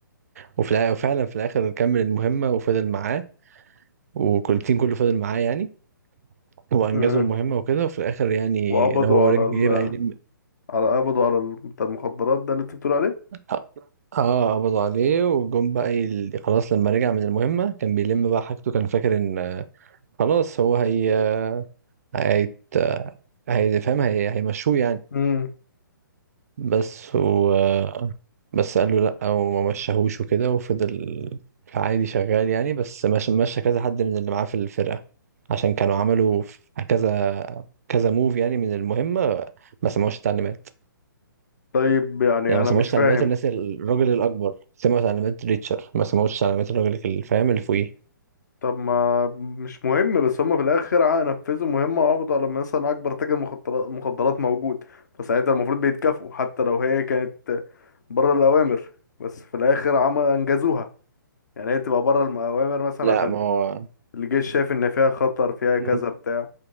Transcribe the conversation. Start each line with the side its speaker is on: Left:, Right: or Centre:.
Right: وفي الع- وفعلا في الاخر نكمل المهمه وفضل معاه وكل التيم كله فضل معاه يعني وانجزوا
Left: امم
Right: المهمه وكده وفي الاخر يعني
Left: وقبضوا
Right: اللي هو
Left: على
Right: رجع جه
Left: ال...
Right: بقى يلم
Left: على قبضوا على ال... بتاع المخدرات ده اللي انت بتقول عليه
Right: اه آه، قبضوا عليه وجم بقى يل... خلاص لما رجع من المهمه كان بيلم بقى حاجته كان فاكر ان آه، خلاص هو هي هيت... هيفهم هي... هيمشوه يعني
Left: امم
Right: بس و بس قال له لأ وما مشاهوش وكده وفضل عادي شغال يعني بس مش- مشى كذا حد من اللي معاه في الفرقة عشان كانوا عملوا في كذا كذا موف يعني من المهمة ما سمعوش التعليمات
Left: طيب يعني
Right: يعني ما
Left: انا
Right: سمعوش
Left: مش فاهم
Right: تعليمات الناس الراجل الأكبر سمعوا تعليمات ريتشر ما سمعوش تعليمات الراجل اللي فاهم اللي فوقيه
Left: طب ما مش مهم بس هم في الاخر ع- نفذوا مهمة وقبضوا على مثلا اكبر تاجر مخدرات مخدرات موجود فساعتها المفروض بيتكافئوا حتى لو هي كانت بره الاوامر بس في الاخر عمل انجزوها يعني هي تبقى بره المؤامر مثلا
Right: لا
Left: عشان
Right: ما هو
Left: الجيش شايف ان فيها خطر فيها كذا
Right: مم.
Left: بتاع